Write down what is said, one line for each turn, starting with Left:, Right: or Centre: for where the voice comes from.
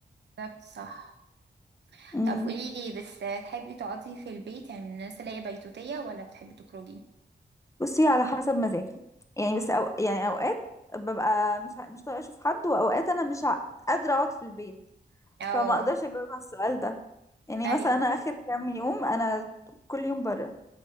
Right: بالظبط صح
Left: امم
Right: طب قولي لي بس تحبي تقعدي في البيت يعني من الناس اللي هي بيتوتية ولا بتحبي تخرجي
Left: بصي على حسب مزاجي يعني بس أو يعني اوقات ببقى مش ع- مش طايقه اشوف حد واوقات انا مش ع- قادره اقعد في البيت
Right: اه
Left: فما اقدرش اجاوب على السؤال ده يعني
Right: ايوه
Left: مثلا انا اخر كام يوم انا كل يوم بره